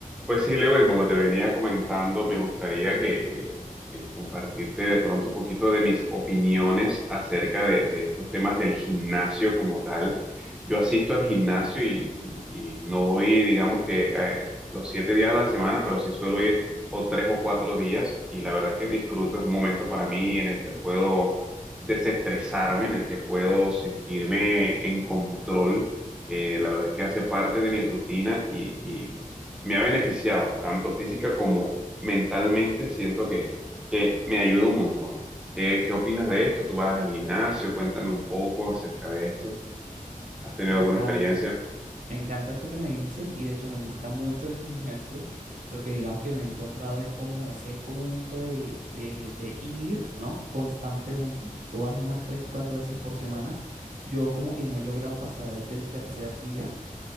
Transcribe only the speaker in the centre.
Pues sí, Lewin, como te venía comentando, me gustaría que eh, eh, compartirte de pronto un poquito de mis opiniones acerca de, de estos temas del gimnasio como tal. Yo asisto al gimnasio y, y- y no voy, digamos que eh, los siete días a la semana, pero sí suelo ir o tres o cuatro días y la verdad es que disfruto, es un momento para mí en el que puedo desestresarme, en el que puedo sentirme en control. Eh, la verdad es que hace parte de mi rutina y me ha beneficiado, tanto física como mentalmente, siento que, que me ayuda un montón. ¿Qué, qué opinas de esto? ¿Tú vas al gimnasio? Cuéntame un poco acerca de esto. ¿Has tenido
alguna
experiencia?